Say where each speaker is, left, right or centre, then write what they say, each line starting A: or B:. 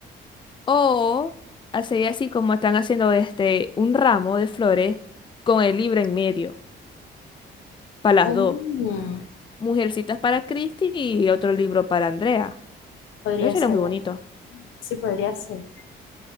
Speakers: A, on the left; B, on the left.
A: O hacer así como están haciendo este, un ramo de flores con el libro en medio, para
B: Mm,
A: las dos. Mujercitas para Christy y otro libro para Andrea.
B: podría
A: Eso sería
B: ser,
A: muy
B: ¿verdad?
A: bonito.
B: Sí, podría ser.